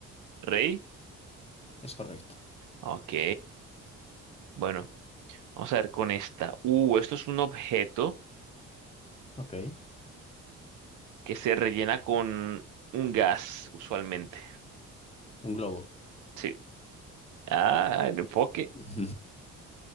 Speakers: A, on the right; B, on the left.
A: Rey.
B: es correcto.
A: Ok, bueno, vamos a ver con esta. Uh, esto es un objeto
B: Ok.
A: que se rellena con un gas, usualmente.
B: Un globo.
A: Sí. Ah, el enfoque.
B: <laughs>